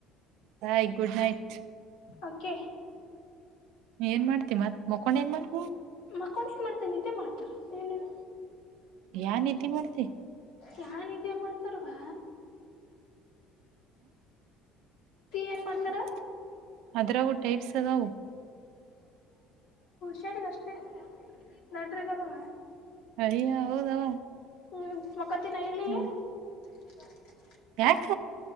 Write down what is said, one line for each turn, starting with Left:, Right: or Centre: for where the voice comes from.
Right: ಬಾಯ್ ಗುಡ್ ನೈಟ್.
Left: ಓಕೆ
Right: ಏನ್ ಮಾಡ್ತಿ ಮತ್ ಮಕೊಂಡ್ ಏನ್ ಮಾಡ್-
Left: ಮಕ್ಕೊಂಡ ಏನ್ ಮಾಡ್ತಾರೆ ನಿದ್ದೆ ಮಾಡ್ತಾರ ಏನೇನು
Right: ಯಾನ್ ನಿದ್ದಿ ಮಾಡ್ತಿ.
Left: ಯಾವ್ ನಿದ್ದೀ ಮಾಡ್ತರವ್ವ. ಏನ್
Right: ಎನ
Left: ಮಾಡ್ತಾರ
Right: ಅದ್ರಾಗೂ ಟೈಪ್ಸ್ ಅದವು.
Left: ಸೆರಿಗ ಅಷ್ಟೇ ನಟ್ರಿಗಲ್ವ.
Right: ಹಯ ಹೌದವ.
Left: ಹ್ಮ್ ಮಕೊತೀನ್
Right: ಹ್ಮ್
Left: <inaudible>
Right: ಯಾಕ.